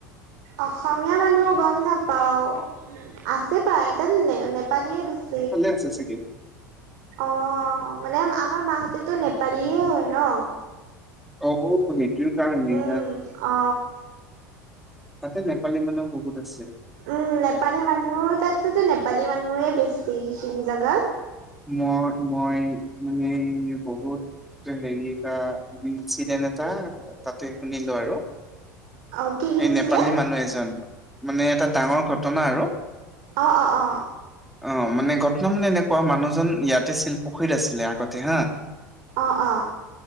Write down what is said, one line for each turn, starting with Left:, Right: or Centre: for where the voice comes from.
Right: অসমীয়া মানুহ গম নাপাওঁ। আছে পাই তাত নে নেপালীয়ে বেছি।
Centre: লে আছে চাগে।
Right: অ মানে আমাৰ মাহতেতো নেপালীয়ে হয় ন।
Centre: অ সেইটোৰ কাৰণেই
Right: উম
Centre: হা
Right: অ।
Centre: তাতে নেপালী মানুহ বহুত আছে।
Right: উম নেপালী মানুহ তাততো নেপালী মানুহয়েই বেছি সেইখিনি জেগাত।
Centre: মই মই মানে বহুত হেৰি এটা চিন্তিত এনে এটা তাতে শুনিলো আৰু।
Right: অ কি কিনিছিলে
Centre: এই নেপালী মানুহ এজন মানে এটা ডাঙৰ ঘটনা আৰু।
Right: অ অ অ।
Centre: অ মানে ঘটনা মানে এনেকুৱা মানুহজন ইয়াতে আছিল পুখুৰীত আছিলে আগতে হা।
Right: অ অ